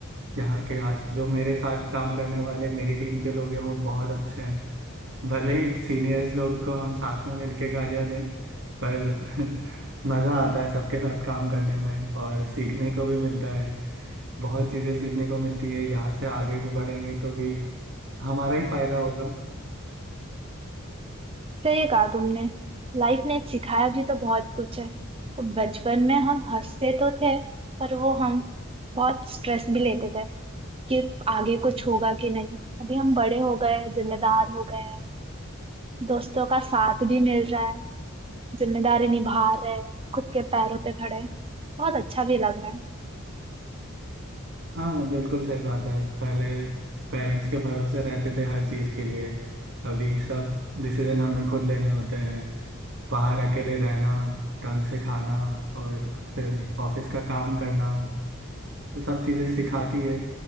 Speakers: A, on the right; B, on the right.
A: यहाँ के आस जो मेरे साथ काम करने वाले मेरी टीम के लोग हैं वो बहुत अच्छे हैं भले ही सीनियर्स लोग को हम साथ में मिलके गालियां दें पर <laughs> मज़ा आता है सबके साथ काम करने में और सीखने को भी मिलता है बहुत चीज़ें सीखने को मिलती है यहाँ से आगे भी बढ़ेंगे तो भी हमारा ही फायदा होगा
B: सही कहा तुमने लाइफ ने सिखाया भी तो बहुत कुछ है वो बचपन में हम हंसते तो थे पर वो हम बहुत स्ट्रेस भी लेते थे कि आगे कुछ होगा कि नहीं अभी हम बड़े हो गए जिम्मेदार हो गए हैं दोस्तों का साथ भी मिल रहा है जिम्मेदारी निभा रहे खुद के पैरों पे खड़े बहुत अच्छा भी लग रहा है
A: हाँ बिल्कुल सही बात है पहले पेरेंट्स के भरोसे रहते थे हर चीज़ के लिए अभी सब डिसीजन हमें खुद लेने होते हैं बाहर अकेले रहना ढंग से खाना और फिर ऑफिस का काम करना तो सब चीज़ें सिखाती है